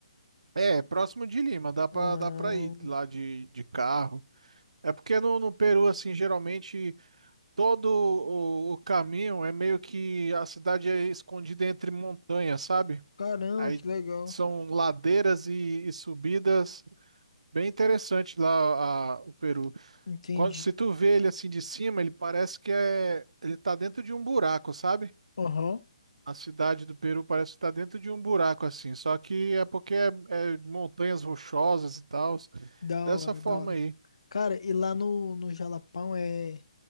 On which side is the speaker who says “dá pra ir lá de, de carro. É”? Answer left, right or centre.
Right